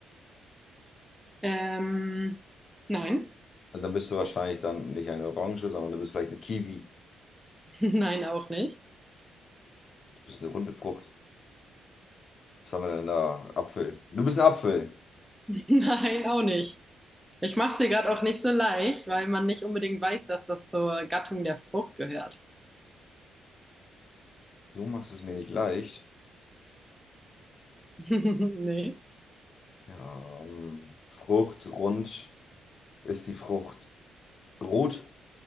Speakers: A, in the centre; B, on the left.
A: Ähm, nein.
B: Und dann bist du wahrscheinlich dann nicht eine Orange, sondern du bist vielleicht eine Kiwi.
A: <laughs> Nein, auch nicht.
B: Du bist eine runde Frucht. Was haben wir denn da? Apfel. Du bist ein Apfel.
A: <laughs> Nein, auch nicht. Ich mach's dir gerade auch nicht so leicht, weil man nicht unbedingt weiß, dass das zur Gattung der Frucht gehört.
B: Du machst es mir nicht leicht.
A: <laughs> Nee.
B: Ja, ähm, Frucht, rund. Ist die Frucht rot?